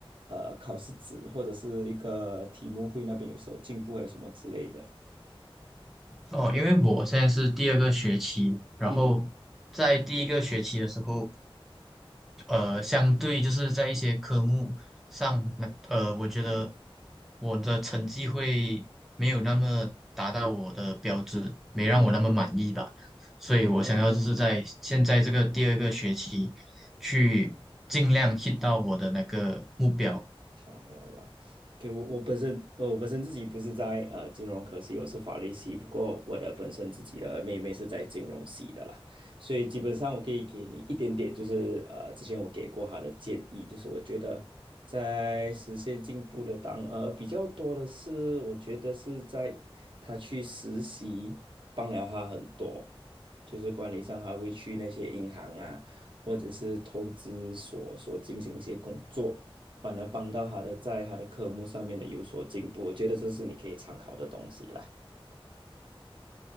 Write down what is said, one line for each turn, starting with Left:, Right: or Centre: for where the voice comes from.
Right: 呃考试纸，或者是一个题目会那边有时候进步还是什么之类的。
Centre: 哦，因为我现在是第二个学期，然后在第一个学期的时候，
Right: 嗯
Centre: 呃，相对就是在一些科目上，那呃，我觉得我的成绩会没有那么达到我的标准，没让我那么满意吧。
Right: 嗯嗯
Centre: 所以我想要就是在现在这个第二个学期去尽量
Right: 嗯嗯嗯。
Centre: hit 到我的那个目标。
Right: 想要啦，给我我本身呃，我本身自己不是在呃金融科系，我是法律系。不过我的本身自己的妹妹是在金融系的啦，所以基本上我可以给你一点点，就是呃之前我给过她的建议，就是我觉得在实现进步的当呃比较多的是，我觉得是在她去实习帮了她很多，就是管理上还会去那些银行啊，或者是投资所所进行一些工作。反而帮到他的在他的科目上面的有所进步。我觉得这是你可以参考的东西啦。